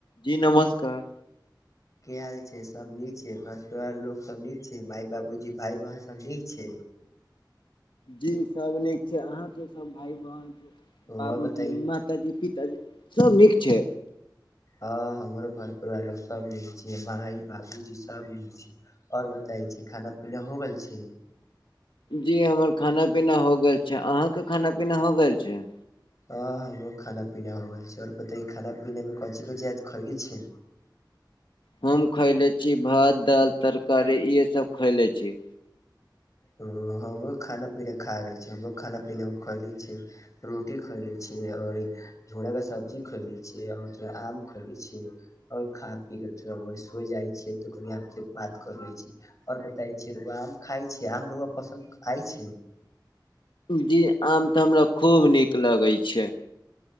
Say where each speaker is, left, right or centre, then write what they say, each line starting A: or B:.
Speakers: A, on the left; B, on the left.
A: जी नमस्कार।
B: की हाल छै, सब नीक छै, घर-परिवार लोग सब नीक छै, माय बाबुजी भाय, बहिन सब नीक छै।
A: जी सब नीक छै, अहां के सब भाय, बहन,
B: और
A: बाबूजी,
B: बताई
A: मा ताजी, पिताजी सब नीक छै।
B: हां हमरो घर-परिवार लोक सब नीक छियै, माई बाबूजी सब नीक छै और बताई छै खाना-पीना हो गेल छै।
A: जी हमर खाना-पीना हो गेल छै, अहां के खाना-पीना हो गेल छै।
B: हां हमरो खाना-पीना हो गेल छै और बताई खाना-पीना मे कौन चीज-कौन चीज आज खैली छै।
A: हम खैले छी भात, दाल, तरकारी इहे सब खैले छी।
B: हां हमरो खाना-पीना खा गेल छी, हमरो खाना-पीना खएले छियै। रोटी खयले छीयै और ई झोड़ा का सब्जी खैले छियै और तोरा आम खैलै छियै। और खा पीके थोड़ा बहुत सोय जाय छियै तऽ कनि आप से बात कर लै छी। और बताई छीये रौउआ आम खाय छीये, आम रौउआ पसन्द आय छै।
A: जी आम तऽ हमरा खूब नीक लागे छै।